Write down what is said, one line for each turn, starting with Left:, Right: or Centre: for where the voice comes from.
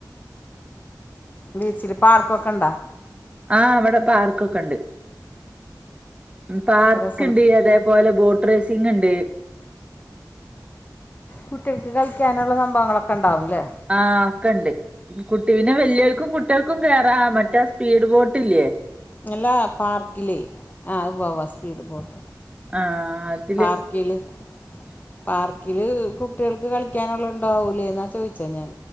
Left: ബീച്ചില് പാർക്കൊക്കണ്ടോ.
Right: ആഹ് വടെ പാർക്കൊക്കെണ്ട്. ഉം പാർക്ക്ണ്ട്
Left: അപ്പോൾ രസമാണ്
Right: അതേപോലെ ബോട്ട് റേസിംങ്ണ്ട്.
Left: കുട്ട്യൾക്ക് കളിക്ക്യാനുള്ള സംഭവങ്ങളൊക്കെണ്ടാവുല്ലേ.
Right: ആഹ് ഒക്കെണ്ട് കുട്ടി പിന്നെ വെല്യോൽക്കും കുട്യാൾക്കും കേറാ മറ്റേആ സ്പീഡ് ബോട്ടില്ലേ.
Left: ങ്ല്ല പാർക്കിലേ ആ അത് പോവാ സ്പീഡ് ബോട്ട്.
Right: ആഹ് അത്
Left: പാർക്കില് പാർക്കില് കുട്യൾക്ക് കളിക്കാനുള്ളത് ഇണ്ടാവൂലെ ന്നാ ചോയ്ച്ച ഞാൻ